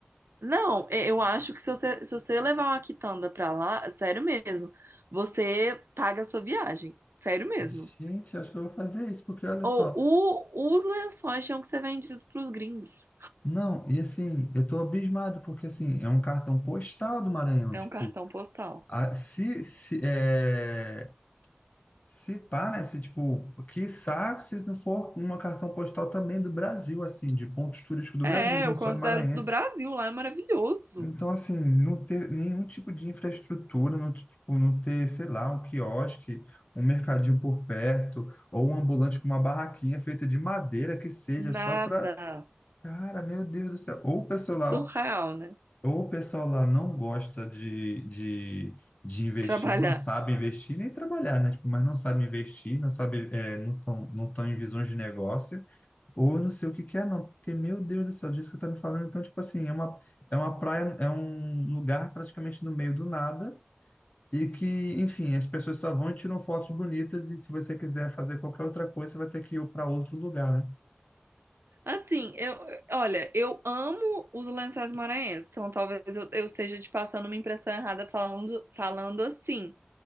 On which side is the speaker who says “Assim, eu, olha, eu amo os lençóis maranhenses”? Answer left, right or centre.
Right